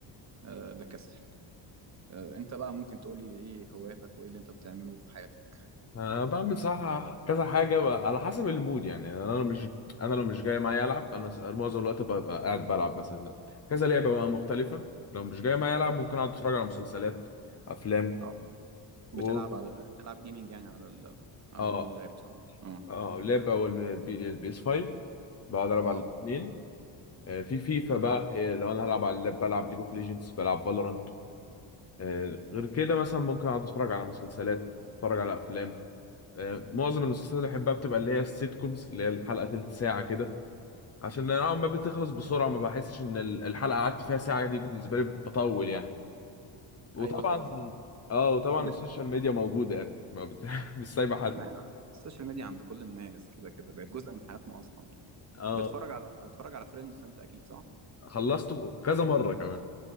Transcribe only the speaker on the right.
أه بكسل أه انت بقى ممكن تقولي ايه هواياتك وايه اللي انت بتعمله في حياتك
أو
بتلعب على بتلعب جيمنج يعني على ال... على
اللاب صح؟ اه
اه
ايوه ده...
ده-
لا السوشيال ميديا عند كل الناس كده كده بقت جزء من حياتنا اصلا يعني
بتتفرج على اتفرج على فريندز انت اكيد صح؟